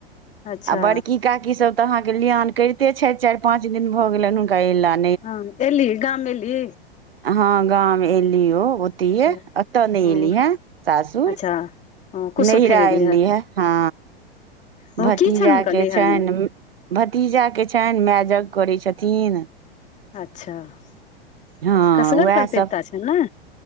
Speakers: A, on the left; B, on the right.
A: अच्छा
B: आ बड़की काकी सब त अहाँ के लियान करिते छथि चारि पाँच दिन भ गेलनि हुनका अयला
A: हँ एली गाम एली
B: हँ गाँव मे एलीयो ओतिये
A: अच्छा
B: एत नहि
A: ओ
B: एली ये सासुर
A: अच्छा ओ कुशोथेर
B: नैहरा
A: एली
B: एयली हे हँ
A: ओ
B: भतीजाके
A: की छनि हुनकर नैहरमे
B: छैन भतीजाके छैन माय जग करै छथिन
A: अच्छाऽ
B: हँ
A: कसगर
B: उएह
A: करतैवता
B: सब
A: छन ने